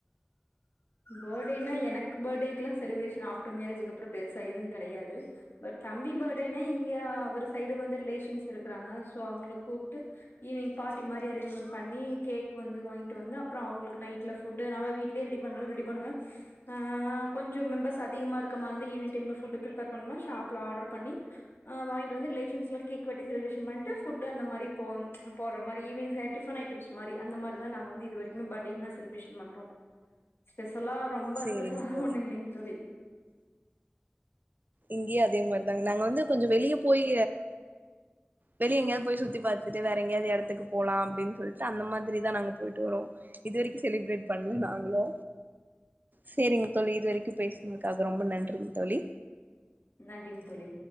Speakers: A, on the left; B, on the right.
A: பேர்டேன்னா எனக்கு பேர்டேக்குலா செலிப்ரேஷன் ஆஃப்டர் மேரேஜுக்கப்பறோ பெருசா எதுவு கெடையாது பட் தம்பி பேர்டேனா இங்கே அவர் சைடு வந்து ரிலேஷன்ஸ் இருக்கறாங்க சோ அவங்கள கூப்ட்டு ஈவினிங் பார்ட்டி மாரி அரேஞ்மெண்ட் பண்ணி கேக் வந்து வாங்கிட்டு வந்து அப்றொ அவங்களுக்கு நைட்ல ஃபுட்டு நாங்க வீட்லே ரெடி பண்ணாலு ரெடி பண்ணுவே ஆ கொஞ்சொ மெம்பர்ஸ் அதிகமா இருக்க மார்ருந்தா ஈவினிங் டைம்ல ஃபுட்டு் பிரிஃப்பர் பண்ணும்னா ஷாஃப்ல ஆட்ரு பண்ணி ஆ வாங்கிட்டு வந்து ரிலேஷன்ஸ்ல கேக் வெட்டி செலிபிரேஷன் பண்ட்டு ஃபுட்டு அந்த மாரி போ போடுற மாரி ஈவினிங் ச டிஃபன் ஐட்டம்ஸ் மாரி அந்த மாரிதா நாங்க வந்து இதுவரைக்குமே பேர்டேக்குனா செலிபிரேஷன் பண்றோ ஸ்பெஷலா ரொம்ப
B: சேரிங்க
A: ஸ்பெஷலா
B: தோழி
A: ஒன்னு இல்லைங் தோழி
B: இங்கேயு அதே மாரிதாங்க நாங்க வந்து கொஞ்சொ வெளிய போயி வெளிய எங்கயாது போயி சுத்தி பாத்துட்டு வேற எங்கயாவ்து எடத்துக்கு போலா அப்டின்னு சொல்ட்டு அந்த மாதிரிதா நாங்க போயிட்டு வருவோ இதுவரைக்கு செலிப்ரேட் பண்ல நாங்களு செரிங்க தோழி இதுவரைக்கு பேசுனதுக்காக ரொம்ப நன்றிங்க தோழி
A: நன்றிங் தோழி